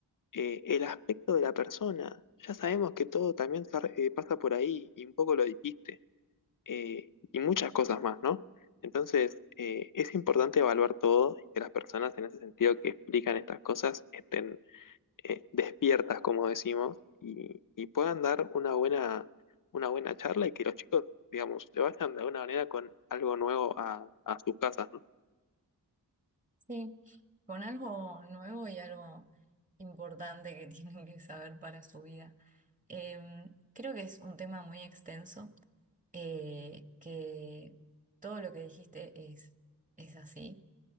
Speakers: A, on the left (about 50°); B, on the right (about 20°).
A: Eh, el aspecto de la persona, ya sabemos que todo también se re- eh, pasa por ahí y un poco lo dijiste eh, y muchas cosas más, ¿no? Entonces, eh, es importante evaluar todo y que las personas en ese sentido que explican estas cosas estén eh, despiertas, como decimos, y, y puedan dar una buena, una buena charla y que los chicos, digamos, se vayan de alguna manera con algo nuevo a, a sus casas, ¿no?
B: Sí, con algo nuevo y algo importante que <laughs> tienen que saber para su vida. Em, creo que es un tema muy extenso. eh, que todo lo que dijiste es, es así.